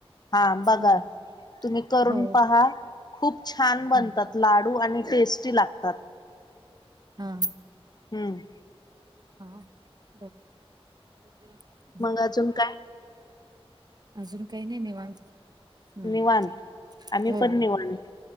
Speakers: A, on the left; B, on the right.
A: हा बघा,
B: हम्म.
A: तुम्ही करून
B: हो
A: पहा, खूप छान बनतात.
B: हम्म.
A: लाडू आणि टेस्टी लागतात.
B: हा
A: हूं
B: हा <unintelligible>
A: मंग अजून काय?
B: अजून काय नाई निवांत हम्म.
A: निवांत, आम्ही
B: हो
A: पण निवांत